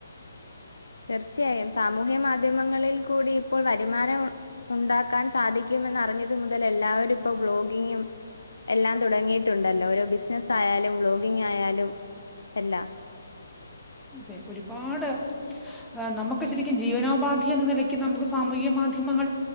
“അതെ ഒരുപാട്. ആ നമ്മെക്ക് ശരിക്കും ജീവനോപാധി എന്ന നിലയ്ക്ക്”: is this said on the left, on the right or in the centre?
Centre